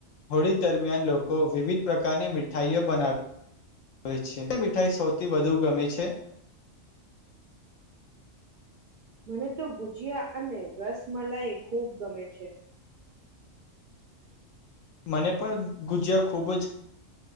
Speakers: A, on the left; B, on the right.
A: હોળી દરમિયાન લોકો વિવિધ પ્રકારની મીઠાઈઓ બનાવે છે, મીઠાઈ સૌથી વધુ ગમે છે.
B: મને તો ગુજિયા અને રસમલાઈ ખૂબ ગમે છે.
A: મને પણ ગુજિયા ખુબ જ